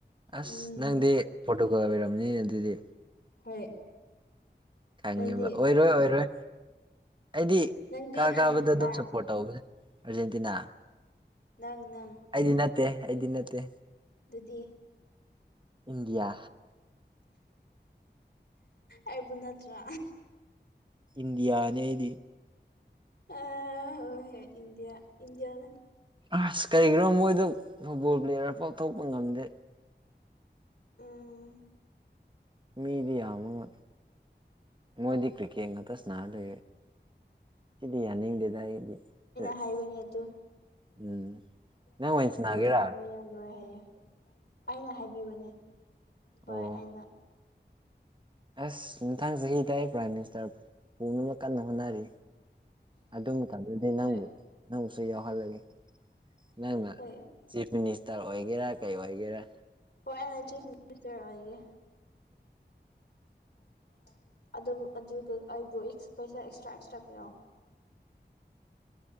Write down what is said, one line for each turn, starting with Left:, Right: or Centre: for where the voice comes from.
Right: ꯑꯁ
Left: ꯎꯝ
Right: ꯅꯪꯗꯤ ꯐꯣꯇꯣ ꯑꯣꯏꯔꯝꯅꯤ ꯑꯗꯨꯗꯤ
Left: ꯍꯣꯏ
Right: ꯈꯪꯉꯦꯕ
Left: ꯅꯪꯗꯤ
Right: ꯑꯣꯏꯔꯣꯏ ꯑꯣꯏꯔꯣꯏ ꯑꯩꯗꯤ
Left: ꯅꯪꯗꯤ
Right: ꯀꯥ
Left: ꯑꯥꯔꯖꯦꯟꯇꯤꯅꯥ
Right: ꯀꯥꯕꯗ ꯑꯗꯨꯝ ꯁ ꯄ ꯑꯔꯖꯦꯟꯇꯤꯅꯥ
Left: ꯅꯪ ꯅꯪ
Right: ꯑꯩꯗꯤ ꯅꯠꯇꯦ ꯑꯩꯗꯤ ꯅꯠꯇꯦ
Left: ꯑꯗꯨꯗꯤ
Right: ꯏꯟꯗꯤꯌꯥ
Left: ꯑꯩꯕꯨ ꯅꯠꯇ꯭ꯔꯥ
Right: ꯏꯟꯗꯤꯌꯥ ꯑꯩꯗꯤ
Left: ꯑ ꯍ ꯍ ꯏꯟꯗꯤꯌꯥ ꯏꯟꯗꯤꯌꯥꯅ
Right: ꯑꯁ ꯀꯔꯤꯒꯤꯅꯣ ꯃꯣꯏꯗꯣ ꯐꯨꯠꯕꯣꯜ ꯄ꯭ꯂꯦꯌꯔ ꯄꯥꯎꯊꯣꯛꯄ ꯉꯝꯗꯦ
Left: ꯎꯝ
Right: ꯃꯤꯗꯤ ꯌꯥꯝꯒ ꯃꯣꯏꯗꯤ ꯀ꯭ꯔꯤꯀꯦꯠ ꯉꯗ ꯁꯅ ꯂꯩꯔꯦ ꯁꯤꯗꯤ ꯌꯥꯅꯤꯡꯗꯦꯗ ꯑꯩꯗꯤ ꯑꯁ
Left: ꯍꯥꯏꯕꯅꯤ ꯑꯗꯨꯨ
Right: ꯎꯝ ꯅꯪ ꯑꯣꯏꯅ ꯁꯥꯅꯥꯒꯦꯔꯥ
Left: ꯁꯥꯟꯅꯕ ꯌꯥꯔꯣꯏ ꯍꯥꯏꯌꯦ ꯑꯩꯅ ꯍꯥꯏꯕꯤꯕꯅꯦ ꯍꯣꯏ
Right: ꯑꯣ
Left: ꯑꯩꯅ
Right: ꯑꯁ ꯃꯅꯨꯡꯊꯥꯡ ꯆꯍꯤꯗ ꯑꯩ ꯄ꯭ꯔꯥꯏꯝ ꯃꯤꯅꯤꯁꯇꯔ ꯄꯨꯅꯃꯛ ꯀꯟꯅ ꯍꯣꯠꯅꯔꯤ ꯑꯗꯨꯝ ꯃꯇꯝꯗꯗꯤ ꯅꯪꯕꯨ
Left: ꯍꯣꯏ
Right: ꯅꯪꯕꯨꯁꯨ ꯌꯥꯎꯍꯜꯂꯒꯦ ꯅꯪꯅ
Left: ꯍꯣꯏ
Right: ꯆꯤꯐ ꯃꯤꯅꯤꯁꯇꯔ ꯑꯣꯏꯒꯦꯔꯥ ꯀꯩ ꯑꯣꯏꯒꯦꯔꯥ
Left: ꯍꯣꯔ ꯑꯩꯅ ꯆꯤꯐ ꯃꯤꯅꯤꯁꯇꯔ ꯑꯣꯏꯒꯦ <inaudible> ꯑꯗꯨ ꯑꯩꯕꯨ ꯄꯩꯁꯥ ꯑꯦꯛꯁꯇ꯭ꯔꯥ ꯑꯦꯛꯁꯇ꯭ꯔꯥ ꯄꯤꯔꯛꯑꯣ